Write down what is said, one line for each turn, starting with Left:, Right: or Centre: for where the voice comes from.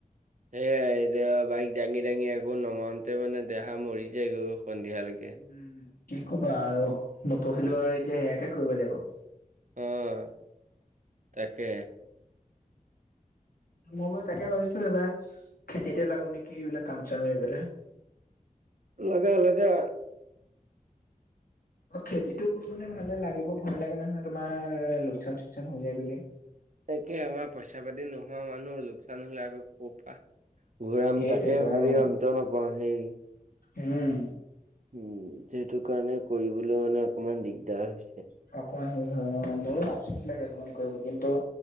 Right: সেয়াই এতিয়া বাইক দাঙি দাঙি আকৌ নমাওঁতে মানে দেহা মৰি যায় গৈ সন্ধিয়ালেকে।
Left: উম কি কবা আৰু নপঢ়িলো আৰু এতিয়া এয়াকে কৰিব লাগিব।
Right: অঁ তাকে।
Left: মই বাৰু তাকে ভাবিছোঁ এইবাৰ খেতিতে লাগো নেকি এইবিলাক কাম চাম এৰি পেলাই।
Right: লাগে লাগে।
Left: অঁ খেতিটো কৰো মানে ভালে লাগিব ভয় লাগে নহয় তোমাৰ লোকচান চোকচান হৈ যায় বুলি।
Right: তাকে আমাৰ পইচা পাতি নোহোৱা মানুহ লোকচান হ'লে আকৌ ক' পা ঘূৰাম
Left: সেইটোৱেতো
Right: তাকে ভাবি
Left: অ
Right: অন্ত নাপাও সেই
Left: উম।
Right: উম সেইটো কাৰণে কৰিবলও মানে অকমান দিগদাৰ হৈছে।
Left: অকমান সেই হয় অঁ, মোৰো আপচোচ লাগে অকমান কৰিব কিন্তু